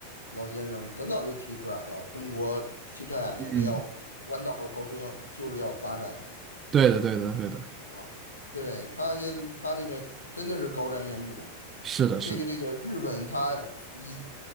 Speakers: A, on the left; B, on the right.
A: 老先生很早就提出来了，中国汽车产业要弯道超车，
B: 嗯，
A: 就是要发展。
B: 对的，对的，对的，
A: 哇对，他现在他那个真的是高瞻远瞩。
B: 是的，
A: 这个这个日本，
B: 是的，
A: 他以